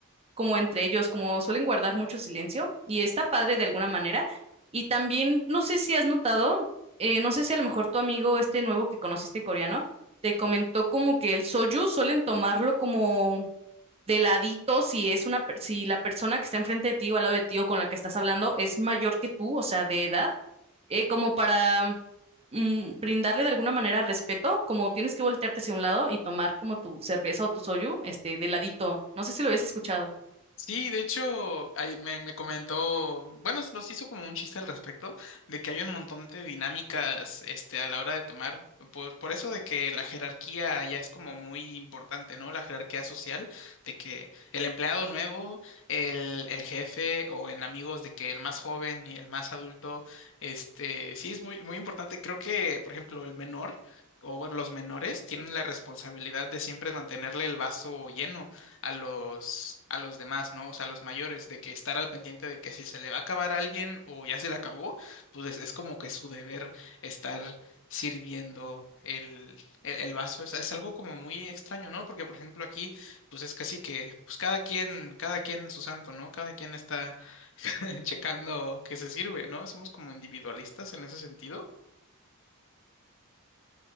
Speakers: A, on the right; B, on the left.
A: como entre ellos, como suelen guardar mucho silencio y está padre de alguna manera. Y también, no sé si has notado, eh, no sé si a lo mejor tu amigo este nuevo que conociste coreano te comentó como que el soju suelen tomarlo como de ladito si es una, per- si la persona que está enfrente de ti o al lado de ti o con la que estás hablando es mayor que tú, o sea, de edad, eh, como para mm, brindarle de alguna manera respeto, como tienes que voltearte hacia un lado y tomar como tu cerveza o tu soju este, de ladito. No sé si lo habías escuchado.
B: Sí, de hecho, ahí me, me comentó, bueno, nos hizo como un chiste al respecto, de que hay un montón de dinámicas, este, a la hora de tomar, por, por eso de que la jerarquía ya es como muy importante, ¿no? La jerarquía social, de que el empleado nuevo, el, el jefe, o en amigos, de que el más joven y el más adulto, este, sí es muy, muy importante. Creo que, por ejemplo, el menor. O bueno, los menores tienen la responsabilidad de siempre mantenerle el vaso lleno a los, a los demás, ¿no? O sea, a los mayores, de que estar al pendiente de que si se le va a acabar a alguien o ya se le acabó, pues es, es como que su deber estar sirviendo el, el, el vaso. Es, es algo como muy extraño, ¿no? Porque, por ejemplo, aquí, pues es casi que, pues cada quien, cada quien su santo, ¿no? Cada quien está <laughs> checando que se sirve, ¿no? Somos como individualistas en ese sentido.